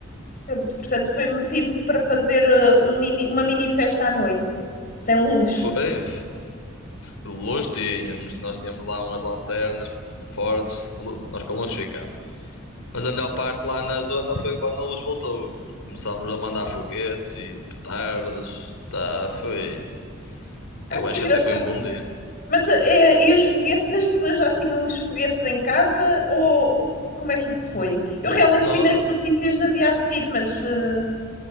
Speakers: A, on the left; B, on the left.
A: Pronto, portanto, foi motivo para fazer eh, um mini- uma mini festa à noite, sem luz.
B: Foi, luz tínhamos, nós tínhamos lá umas lanternas fortes, lu- nós com luz ficámos. Mas a melhor parte lá na zona foi quando a luz voltou. Começámos a mandar foguetes e petardas. Tá, foi.
A: Ah,
B: Eu
A: que
B: acho
A: engraçado.
B: que até foi um bom dia.
A: Mas eh, e os foguetes? As pessoas já tinham os foguetes em casa? Ou como é que isso foi? Eu realmente
B: Nó-
A: vi nas notícias no dia a seguir, mas eh,